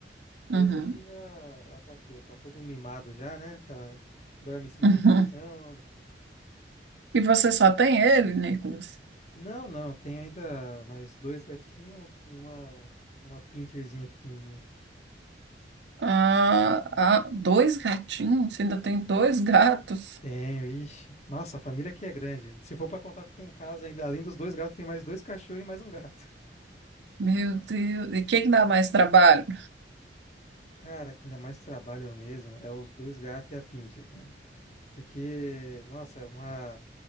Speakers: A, on the left; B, on the right.
A: Aí
B: uhum,
A: aí já, já tá aqui, tá todo mimado já, né? Tá, dorme em cima
B: uhum.
A: do colchão.
B: E você só tem ele, Nicolas?
A: Não, não, tem ainda mais dois gatinhos e uma, uma pincherzinha pequenininha.
B: Ah, ah, dois gatinhos? Você ainda tem dois gatos?
A: Tenho, ixi. Nossa, a família aqui é grande. Se for para contar o que tem em casa, ainda, além dos dois gatos, tem mais dois cachorros e mais um gato.
B: Meu Deus, e quem dá mais trabalho?
A: Cara, que ainda mais trabalho mesmo é os dois gatos e a Pinscher, cara. Porque, nossa, é uma.